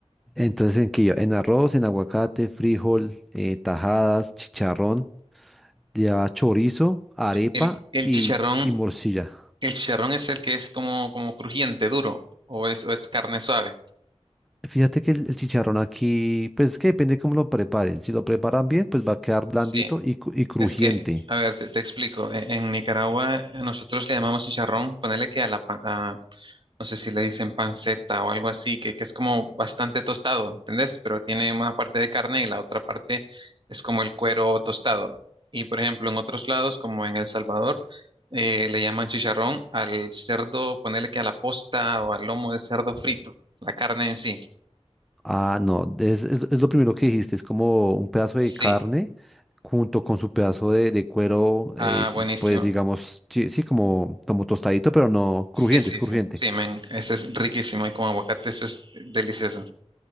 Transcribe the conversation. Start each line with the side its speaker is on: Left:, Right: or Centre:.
Centre: Entonces, ¿en qué lleva? En arroz, en aguacate, frijol, eh, tajadas, chicharrón, lleva chorizo, arepa
Right: El, el
Centre: y,
Right: chicharrón,
Centre: y morcilla.
Right: el chicharrón es el que es como, como crujiente, duro, o es, o es carne suave.
Centre: Fíjate que el, el chicharrón aquí, pues es que depende cómo lo preparen. Si lo preparan bien, pues va a quedar blandito
Right: Sí,
Centre: y, cru- y crujiente.
Right: Es que, a ver, te, te explico. E- En, Nicaragua a nosotros le llamamos chicharrón, ponele que a la, pa- a- no sé si le dicen panceta o algo así, que, que es como bastante tostado, ¿entendés? Pero tiene una parte de carne y la otra parte es como el cuero tostado. Y por ejemplo, en otros lados, como en El Salvador, eh, le llaman chicharrón al cerdo, ponele que a la posta o al lomo de cerdo frito, la carne en sí.
Centre: Ah, no, es, es- es lo primero que dijiste, es como un pedazo de
Right: Sí.
Centre: carne junto con su pedazo de, de cuero,
Right: Ah,
Centre: eh,
Right: buenísimo.
Centre: pues digamos, sí, sí, como, como tostadito, pero no
Right: Sí,
Centre: crujiente,
Right: sí,
Centre: es crujiente.
Right: sí, sí, men, eso es riquísimo y con aguacate eso es delicioso.